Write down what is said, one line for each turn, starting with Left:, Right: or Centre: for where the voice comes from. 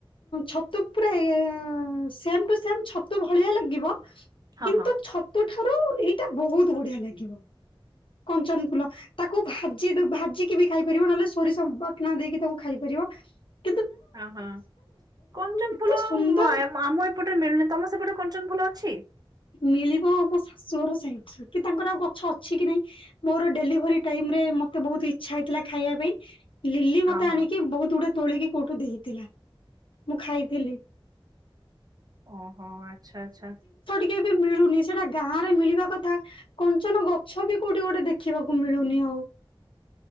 Left: ଛତୁ ପୁରା ଆ- ଶେମ ଟୁ ଶେମ ଛତୁ ଭାଲିଆ ଲାଗିବ।
Right: ହଁ
Left: କିନ୍ତୁ
Right: ହଁ।
Left: ଛତୁ ଠାରୁ, ଏଇଟା ବହୁତ ବଢିଆ ଲାଗିବ। କଞ୍ଚନ ଫୁଲ ତାକୁ ଭାଜି ଦ-ଭାଜିକି ବି ଖାଇପାରିବ। ନହେଲେ ସୋରିଷ ବାଟଣା ଦେଇକି ତାକୁ ଖାଇପାରିବ। ଯିବ।
Right: ଅ ହଁ। କଞ୍ଚନ
Left: ଏତେ
Right: ଫୁଲ
Left: ସୁନ୍ଦର
Right: ଆମ ଏପଟେ ମିଳୁନି, ତମ ସେପଟେ କଞ୍ଚନ ଫୁଲ ଅଛି?
Left: ମିଳିବ ମୋ ଶାଶୁ ଘର ସାଇଟ୍ ରେ। କି ତାଙ୍କର ଆଉ ଗଛ ଅଛି କି ନାଇଁ। ମୋର ଡେଲିଭରି ଟାଇ ମ୍ ରେ, ମତେ ବହୁତ ଇଛା ହେଇଥିଲା ଖାଇବା ପାଇଁ। ଲିଲି
Right: ହଁ
Left: ମତେ
Right: ହଁ
Left: ଆଣିକି ବୋହୁତ୍ ଗୁଡେ ତୋଳିକି କୋଉଠୁ ଦେଇଥିଲା। ମୁଁ ଖାଇଥିଲି।
Right: ଓହୋ। ଆଚ୍ଛା ଆଚ୍ଛା।
Left: କେବେ ମିଳୁନି। ସେଟା ଗାଁ ରେ ମିଳିବା କଥା। କଞ୍ଚନ ଗଛ ବି କୋଉଠି ଗୋଟେ ଦେଖିବାକୁ ମିଳୁନି
Right: <inaudible>
Left: ଆଉ।